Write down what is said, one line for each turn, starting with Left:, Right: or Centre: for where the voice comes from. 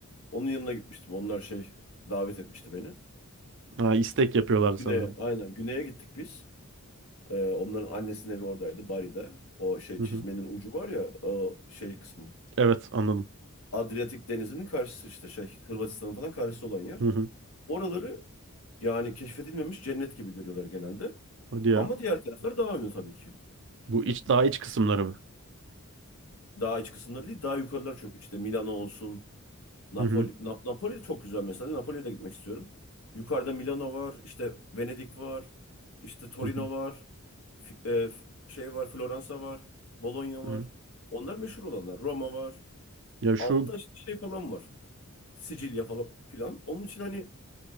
Left: Onun yanına gitmiştim. Onlar şey davet etmişti beni.
Right: Ha, istek yapıyorlar
Left: Güney'e
Right: sanırım.
Left: aynen Güney'e gittik biz. Ee, onların annesinin evi oradaydı Bari'de. O şey
Right: Hı
Left: çizmenin
Right: hı.
Left: ucu var ya o şey kısmı.
Right: Evet anladım.
Left: Adriyatik Denizi'nin karşısı işte şey Hırvatistan'ın falan karşısı olan yer.
Right: Hı hı.
Left: Oraları yani keşfedilmemiş cennet gibi görüyorlar genelde.
Right: Hadi ya.
Left: Ama diğer taraflar daha ünlü tabii ki.
Right: Bu iç daha iç kısımları mı?
Left: Daha iç kısımları değil daha yukarılar çok. İşte Milano olsun Napoli,
Right: Hı hı.
Left: Nap- Napoli de çok güzel mesela. Napoli'ye de gitmek istiyorum. Yukarıda Milano var, işte Venedik var, işte Torino
Right: Hı hı.
Left: var, Fi- e, f- şey var, Floransa var, Bologna var.
Right: Hı hı.
Left: Onlar meşhur olanlar. Roma var.
Right: Ya şu
Left: Altta işte şey falan var. Sicilya falan filan. Onun için hani